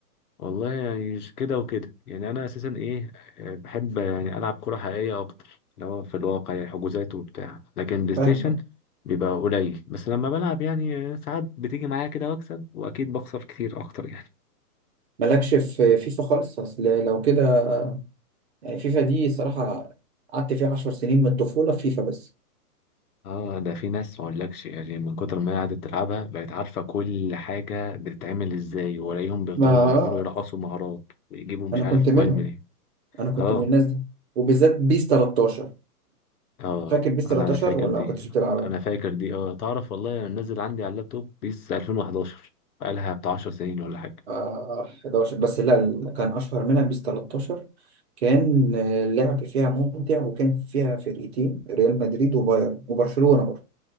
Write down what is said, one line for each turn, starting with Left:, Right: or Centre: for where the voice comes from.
Left: والله يعني ش- كده وكده يعني انا اساسا ايه آه، بحب يعني العب كرة حقيقية اكتر اللي هو في الواقع يعني حجوزات وبتاع لكن بلاي
Right: فاهم
Left: ستيشن بيبقى قليل بس لما بلعب يعني آه، ساعات بتيجي معايا كده واكسب واكيد بخسر كتير اكتر يعني <laughs>
Right: مالكش في فيفا خالص اصل لو كده يعني فيفا دي صراحة قعدت فيها عشر سنين من الطفولة في فيفا بس
Left: اه ده في ناس ما اقولكش يعني من كتر ما هي قعدت تلعبها بقت عارفة كل حاجة بتتعمل ازاي والاقيهم بيفضلوا
Right: ما آه،
Left: يعملوا يرقصوا مهارات ويجيبوا مش
Right: انا
Left: عارف
Right: كنت
Left: كوان
Right: منهم
Left: منين
Right: انا كنت
Left: اه
Right: من الناس دي وبالذات بيس 13
Left: اه
Right: فاكر بيس
Left: انا
Right: 13
Left: انا فاكر
Right: ولا
Left: دي
Right: ما كنتش بتلعبها؟
Left: انا فاكر دي اه تعرف والله انا نزل عندي على اللابتوب بيس 2011 بقالها بتاع 10 سنين ولا حاجه
Right: آه 11 بس لا اللي كان اشهر منها بيس 13 كان آه، اللعب فيها ممتع وكان فيها فرقتين ريال مدريد وبايرن وبرشلونة برضه